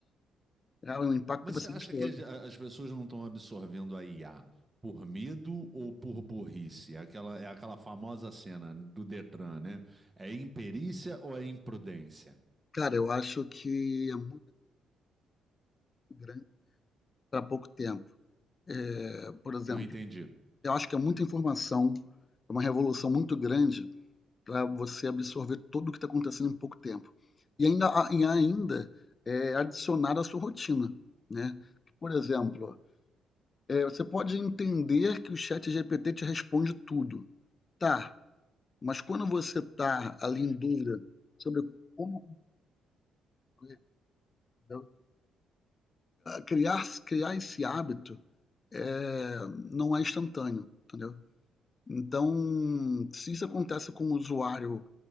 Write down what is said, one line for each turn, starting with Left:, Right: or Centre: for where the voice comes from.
Left: cara, o impacto
Right: Mas
Left: vai
Right: você
Left: ser
Right: acha
Left: monstruoso.
Right: que as, a- as pessoas não estão absorvendo a IA por medo ou por burrice? Aquela, é aquela famosa cena do Detran, né? É imperícia ou é imprudência?
Left: Cara, eu acho que é muito grande para pouco tempo. Eh, por exemplo,
Right: Não entendi.
Left: eu acho que é muita informação, é uma revolução muito grande para você absorver tudo o que está acontecendo em pouco tempo. E ainda, a- e ainda eh, adicionar à sua rotina, né? Por exemplo, eh, você pode entender que o chat GPT te responde tudo. Tá, Mas quando você está ali em dúvida sobre como concluir, entendeu? criar, criar esse hábito é, não é instantâneo, entendeu? Então, se isso acontece com o usuário